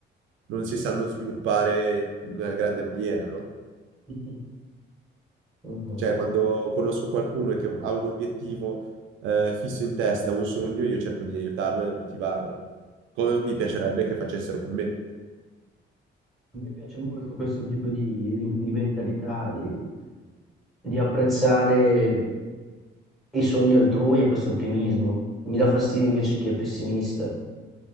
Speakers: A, on the right (about 80°); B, in the centre.
A: non si sanno sviluppare in una grande maniera, no?
B: Mhm, mhm.
A: Cioè, quando conosco qualcuno e che ha un obiettivo eh, fisso in testa, un sogno, io cerco di aiutarlo e motivarlo, come mi piacerebbe che facessero con me.
B: A me piace molto questo tipo di, di- di mentalità, di, di apprezzare i sogni altrui e questo ottimismo. Mi dà fastidio invece chi è pessimista